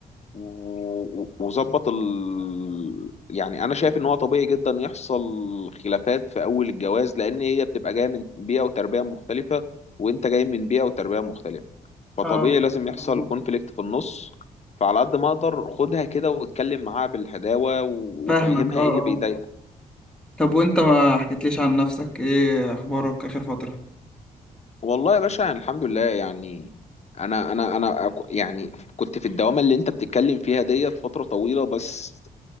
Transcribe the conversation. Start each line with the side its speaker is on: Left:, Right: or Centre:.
Left: و- و- وظبط ال... يعني انا شايف ان هو طبيعي جدا يحصل خلافات في اول الجواز لان هي بتبقى جايه من بيئه وتربيه مختلفه وانت جاي من بيئه وتربيه مختلفه فطبيعي
Centre: اه
Left: لازم يحصل
Centre: مظبوط
Left: كونفليكت في النص فعلى قد ما اقدر خدها كده واتكلم معاها بالهداوه و-
Centre: فاهمك
Left: وفهمها
Centre: اه
Left: ايه اللي
Centre: اه
Left: بيضايقها
Centre: طب وانت ما حكيتليش عن نفسك ايه اخبارك اخر فترة
Left: والله يا باشا يعني الحمد لله يعني انا انا انا أك- يعني كنت في الدوامه اللي انت بتتكلم فيها ديت فتره طويله بس